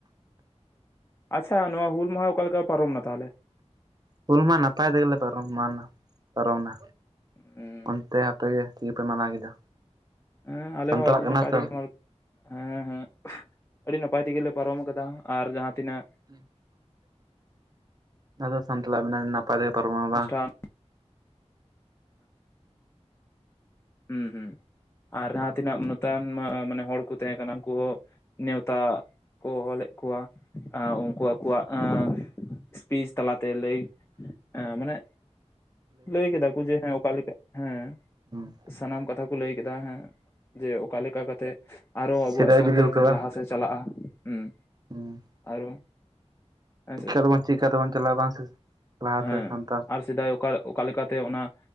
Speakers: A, on the left; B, on the right.
A: ᱟᱪᱪᱷᱟ ᱱᱚᱣᱟ ᱦᱩᱞ ᱢᱟᱦᱟ ᱚᱠᱟᱞᱮᱠᱟ ᱯᱟᱨᱚᱢᱮᱱᱟ ᱛᱟᱦᱚᱞᱮ?
B: ᱦᱩᱞ ᱢᱟ ᱱᱟᱯᱟᱭ ᱛᱮᱜᱮᱞᱮ ᱯᱟᱨᱚᱢ ᱮᱢᱟᱱ ᱱᱟ ᱯᱟᱨᱚᱢ ᱱᱟ᱾
A: ᱦᱩᱸ
B: ᱚᱱᱛᱮ ᱟᱯᱮᱜ ᱜᱮ ᱛᱤᱠᱟᱹ ᱜᱮ ᱯᱮ ᱢᱟᱱᱟᱣ ᱠᱮᱫᱟ᱾
A: ᱦᱮᱸ ᱟᱞᱮ
B: ᱥᱟᱱᱛᱟᱲᱟᱜ
A: ᱦᱚᱸ ᱟᱹᱰᱤ
B: ᱠᱟᱱᱟ
A: ᱱᱟᱯᱟᱭ
B: ᱛᱚ
A: ᱛᱮᱜᱮ ᱢ ᱦᱮᱸ- ᱦᱮᱸ ᱟᱹᱰᱤ ᱱᱟᱯᱟᱭ ᱛᱮᱜᱮᱞᱮ ᱯᱟᱨᱚᱢ ᱠᱟᱫᱟ, ᱟᱨ ᱡᱟᱦᱟᱸ ᱛᱤᱱᱟᱹᱜ
B: <inaudible> ᱟᱫᱚ ᱥᱟᱱᱛᱟᱞᱟ ᱟᱹᱤᱱᱟ ᱱᱟᱯᱟᱭ ᱛᱮ ᱯᱟᱨᱚᱢ
A: ᱚᱱᱩᱥᱴᱷᱟᱱ
B: ᱵᱟᱝ᱾
A: ᱦᱩᱸ ᱦᱩᱸ ᱟᱨ ᱡᱟᱦᱟᱸ ᱛᱤᱱᱟᱹᱜ ᱱᱚᱛᱟᱱ ᱢᱟ ᱢᱟᱱᱮ ᱦᱚᱲ ᱠᱚ ᱛᱟᱦᱮᱸ ᱠᱟᱱᱟ ᱩᱱᱠᱩ ᱦᱚᱸ᱾ ᱱᱮᱣᱛᱟ ᱠᱚ ᱚ-ᱟᱞᱮᱫ ᱠᱚᱣᱟ-ᱟ ᱩᱱᱠᱩ ᱠᱚᱣᱟᱜᱱ ᱮ ᱮᱥᱯᱤᱥ ᱛᱟᱞᱟᱛᱮ ᱞᱟᱹᱭ ᱮ ᱢᱟᱱᱮ ᱞᱟᱹᱭ ᱠᱮᱫᱟ ᱠᱚ ᱡᱮ ᱦᱮᱸ ᱚᱠᱟᱞᱮᱠᱟ ᱦᱮᱸ
B: ᱦᱚᱸ
A: ᱥᱟᱱᱟᱢ ᱠᱟᱛᱷᱟ ᱠᱚ ᱞᱟᱹᱭ ᱠᱮᱫᱟ᱾ ᱦᱮᱸ ᱡᱮ ᱚᱠᱟ ᱞᱮᱠᱟ ᱠᱟᱛᱮᱜ ᱟᱨᱚ ᱟᱵᱚᱣᱟᱜ
B: ᱥᱮᱫᱟᱭ
A: ᱥᱟᱶᱛᱟ
B: ᱵᱤᱫᱟᱹᱞ ᱠᱚ ᱵᱟᱝ
A: ᱞᱟᱦᱟ ᱥᱮ ᱪᱟᱞᱟᱜᱼᱟ᱾ ᱦᱩᱸ
B: ᱦᱩᱸ <unintelligible>
A: ᱟᱨᱚ ᱦᱮᱸᱥᱮ
B: ᱪᱤᱠᱟ ᱫᱚᱵᱚᱱ ᱪᱤᱠᱠᱟᱛᱮᱵᱚᱱ ᱪᱟᱞᱟᱜᱼᱟ ᱵᱟᱝᱥᱮ ᱞᱟᱦᱟᱛᱮ
A: ᱦᱮᱸ
B: ᱥᱟᱱᱛᱟᱬ᱾
A: ᱟᱨ ᱥᱮᱫᱟᱭ ᱚᱠᱟ ᱚᱠᱟ ᱞᱮᱠᱟᱛᱮ ᱚᱱᱟ